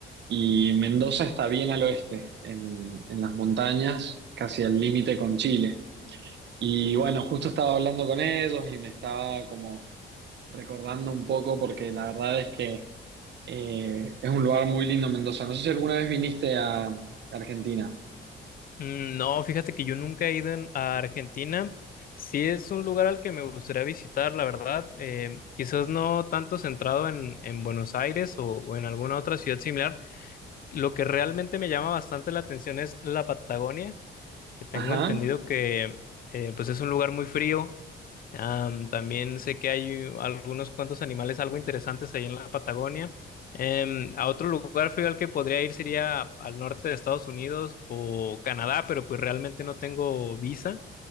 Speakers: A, on the right; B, on the left.
A: y Mendoza está bien al oeste, en, en las montañas, casi al límite con Chile. Y bueno, justo estaba hablando con ellos y me estaba como recordando un poco porque la verdad es que eh, es un lugar muy lindo Mendoza. No sé si alguna vez viniste a Argentina.
B: Mm, No, fíjate que yo nunca he ido en- a Argentina. Sí es un lugar al que me gustaría visitar, la verdad. Eh, quizás no tanto centrado en, en Buenos Aires o, o en alguna otra ciudad similar. Lo que realmente me llama bastante la atención es la Patagonia. que tengo
A: Ajá.
B: entendido que eh, pues es un lugar muy frío. Am, también sé que hay algunos cuantos animales algo interesantes ahí en la Patagonia. Em, a otro lugar frío al que podría ir sería al norte de Estados Unidos o Canadá, pero pues realmente no tengo visa.